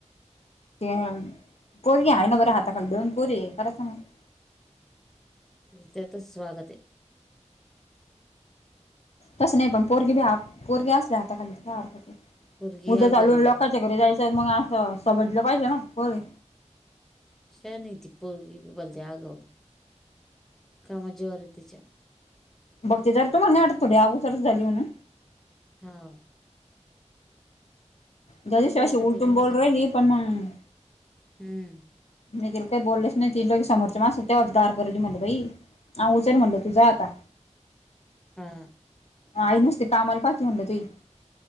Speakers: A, on the left; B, in the centre.
A: ते हाय पोरगी हाय ना बर हाताखाली दोन पोरी हाय खरं सांगायचं
B: तेच तिथंच स्वागते.
A: तसं नाही पण पोरगी ब पोरगे असले आता खालीर
B: पोरगी
A: उद
B: आगाव
A: चालून
B: आहे
A: लोक घरी जायचं मग असं समजलं पाहिजे हो नई
B: छान आहे ती पोर गी बी पण ती आगाऊ कामा जीवावर आहे तिच्या
A: बघती तर तुमला नाही वाटत थोडी अगोदरच झाली म्हणून
B: हा
A: ज्या
B: गंज
A: दिवशी अस
B: वाटत
A: उलटून
B: आहे माणसाला
A: बोलरय नि पण मगं
B: हम्म
A: म तिला काही बोललंच नाही ति लो समोरच्या मानसला तवच गार करायची म्हण बाई हा उचल म्हणलं तु जा आता
B: हा
A: आई नुसती कामाल पााती म्हणलं तही